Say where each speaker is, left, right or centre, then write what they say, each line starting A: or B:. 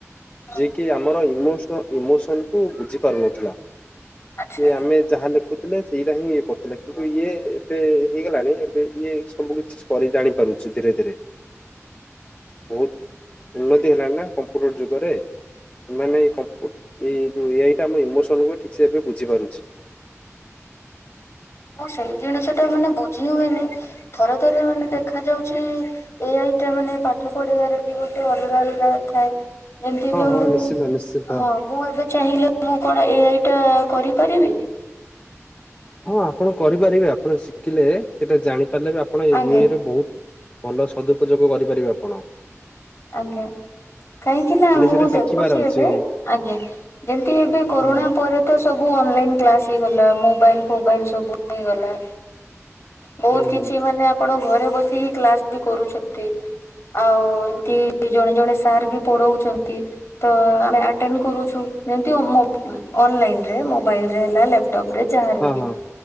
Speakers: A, on the left; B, on the left.
A: ହୁଁ
B: ଯିଏ କି ଆମର ଇମୋସନ୍ ଇମୋସନ୍ କୁ ବୁଝିପାରୁ ନଥିଲା,
A: ଆଚ୍ଛା
B: ଇଏ ଆମେ ଯାହା ଲେଖ ଖୁଥିଲେ ସେଇଟା ହିଁ ଇଏ କରୁଥିଲେ, କିନ୍ତୁ ଇଏ ଏବେ ହେଇଗଲାଣି ଏବେ ଇଏ ସବୁ କିଛି କରି ଜାଣି ପାରୁଛି ଧୀରେ ଧୀରେ। ବହୁତ ଉନ୍ନତି ହେଲାଣି ନା କମ୍ପ୍ୟୁଟର ଯୁଗରେ। ମାନେ
A: ଆଜ୍ଞା।
B: ଏଇ କପ୍ ଏଇ ଯୋଉ ଏ ଆଇ ଟା ଆମ ଇମୋସନକୁ ଠିକ ସେ ଏବେ ବୁଝି ପାରୁଛି।
A: ମୁଁ ସେଇ ଜିନିଷ ଟା ମାନେ ବୁଝି ହୁଏନି, ଥରେ ଥରେ ମାନେ ଦେଖା ଯାଉଛି ଏ ଆଇ ଟା ମାନେ ପାଠ ପଢିବାରେ ଯେ ଗୋଟେ ଅଲଗା ଅଲଗା ଥାଏ ଯେମତି ଏବେ
B: ହଁ ହଁ
A: ମୁଁ
B: ନିଶ୍ଚିନ୍ତ ନିଶ୍ଚିନ୍ତ।
A: ହଁ। ମୁଁ ଏବେ ଚାହିଁଲେ ମୁଁ କଣ ଏ ଆଇ ଟା କରିପାରିବି?
B: ହଁ ଆପଣ କରିପାରିବେ ଆପଣ ଶିଖିଲେ ସେଇଟା ଜାଣିପାରିଲେ ବି ଆପଣ ଏ
A: ଆଜ୍ଞା।
B: ଏ ଆଇ ରେ ବହୁତ ଭଲ ସଦୁପଯୋଗ କରିପାରିବେ ଆପଣ।
A: ଆଜ୍ଞା। କାହିଁକି ନା
B: ହେଲେ
A: ମୁଁ
B: ସେଇଟା ଶିଖିବାର
A: ଦେଖୁଛି
B: ଅଛି
A: ଏବେ ଆଜ୍ଞା ଯେମତି ଏବେ କରୋନା
B: ହଁ
A: ପରେ ତ ସବୁ ଅନଲାଇନ କ୍ଲାସ ହେଇଗଲା ମୋବାଇଲ ଫୋବାଇଲ ସବୁ ହେଇଗଲା। ବହୁତ
B: ହୁଁ
A: କିଛି
B: ହୁଁ।
A: ମାନେ ଆପଣ ଘରେ ବସିକି କ୍ଲାସ ବି କରୁଛନ୍ତି। ଆଉ ତି ଜଣେ ଜଣେ ସାର୍ ବି ପଡଉଛନ୍ତି। ତ ଆମେ ଆଟେନ୍ କରୁଛୁ। ଯେମତି ଅ ମୋ ଉ ଅନଲାଇନରେ ମୋବାଇଲରେ ହେଲା ଲା ଟପ ରେ ଯାହାରେ
B: ହଁ
A: ବି
B: ହଁ